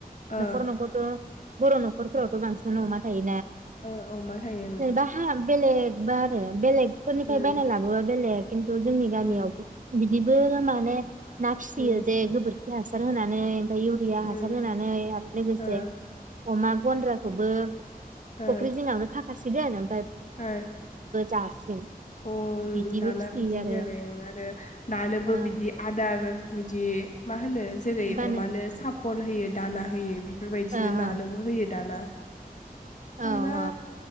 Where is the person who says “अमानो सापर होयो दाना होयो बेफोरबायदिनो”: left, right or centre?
Left